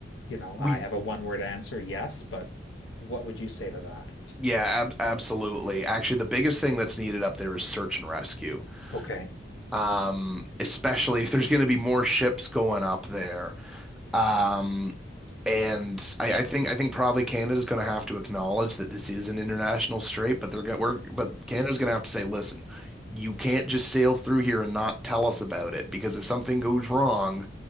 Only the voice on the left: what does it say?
you know, I
have a one-word answer, yes, but what would you say to that?
Okay.